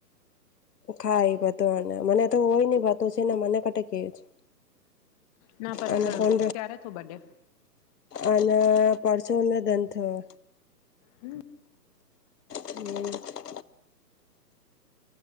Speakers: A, on the left; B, on the left.
A: ખાઈ બધ મને તો હોય ની વાતો છે ને મને કટ કેવી છે
B: ના પર
A: અને
B: ક
A: ફોન
B: ત્યારે તો બડે
A: અને પરસોને દંધ થયો
B: હમ
A: હમ્મ